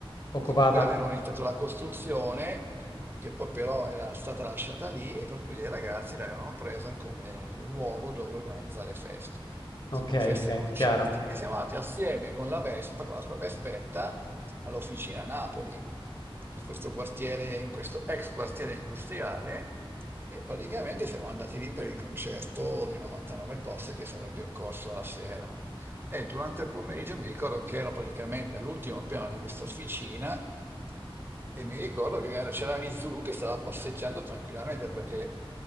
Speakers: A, on the left; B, on the right.
A: occupata.
B: di cui avevano iniziato la costruzione che poi però era stata lasciata lì e per cui dei ragazzi l'avevano presa come luogo dove organizzare feste,
A: Ok,
B: feste
A: ok,
B: e concerti.
A: chiaro.
B: E siamo andati assieme con la Vespa, con la sua Vespetta, all'officina a Napoli, in questo quartiere, in questo ex quartiere industriale, e praticamente siamo andati lì per il concerto dei 99 post che sarebbe occorso la sera. E durante il pomeriggio mi ricordo che ero praticamente all'ultimo piano di questa officina e mi ricordo che era- c'era lì Zulu che stava passeggiando tranquillamente perché